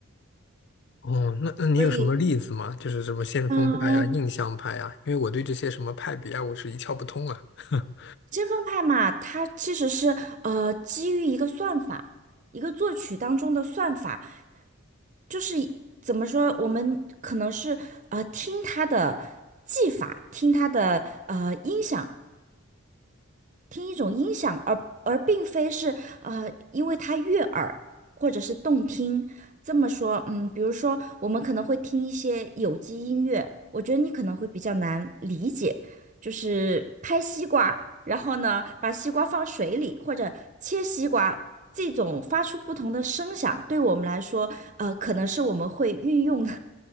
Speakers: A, on the left; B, on the right.
A: 哦，那那你有什么例子吗？
B: 所以，
A: 就是什么先锋派啊、
B: 嗯，
A: 印象派啊，因为我对这些什么派别啊，我是一窍不通啊。<laughs>
B: 先锋派嘛，它其实是呃基于一个算法，一个作曲当中的算法，就是怎么说，我们可能是呃听它的技法，听它的呃音响，听一种音响，而而并非是呃，因为它悦耳或者是动听。这么说，嗯，比如说我们可能会听一些有机音乐，我觉得你可能会比较难理解，就是拍西瓜，然后呢把西瓜放水里或者切西瓜，这种发出不同的声响，对我们来说，呃，可能是我们会运用的